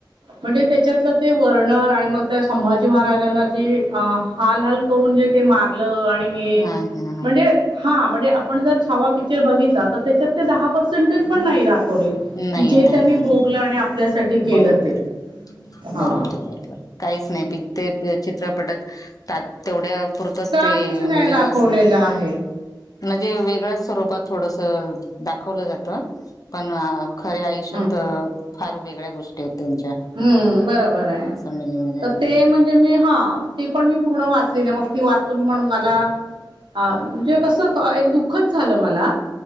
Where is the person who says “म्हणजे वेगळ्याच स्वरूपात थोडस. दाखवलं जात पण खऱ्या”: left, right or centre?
Left